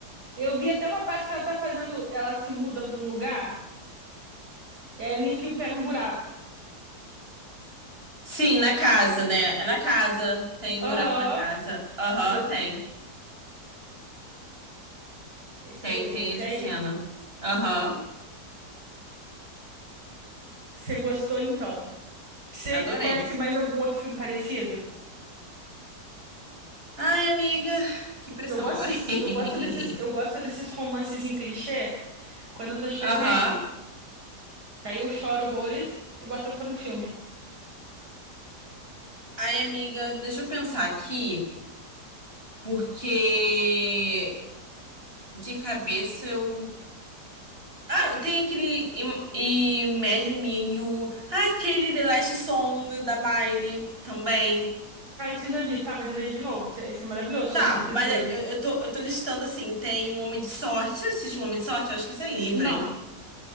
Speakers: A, on the right (about 70°); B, on the right (about 35°).
A: Eu vi até uma parte que ela tá fazendo. Ela se muda pra um lugar e aí ela enfia o pé num buraco.
B: Sim, na casa, né? É na casa. Tem um
A: Aham,
B: buraco na casa. Aham,
A: isso.
B: tem.
A: Esse
B: Tem,
A: aí, eu
B: tem
A: vi até
B: essa
A: aí.
B: cena. Aham,
A: Você gostou então? Você
B: adorei.
A: conhece mais algum outro filme parecido?
B: Ai, amiga, que pressão
A: Que eu gosto,
B: agora.
A: desses-
B: <laughs>
A: eu gosto desses, eu gosto desses romances em clichê quando eu tô de
B: Aham.
A: TPM. Que Aí eu choro horrores e boto a culpa no filme.
B: Ai, amiga, deixa eu pensar aqui, porque de cabeça eu. Ah, tem aquele Im- Imagine Me and You. Ah, aquele The Last Song da Miley também.
A: Ah, esse eu já vi, tá, mas eu vejo de novo. Esse esse é maravilhoso,
B: Tá,
A: tinha esquecido
B: mas
A: dele.
B: eu, eu tô, eu tô listando assim: tem um Homem de Sorte. Você assistiu um Homem de Sorte? Eu acho que esse é livro,
A: Não,
B: hein?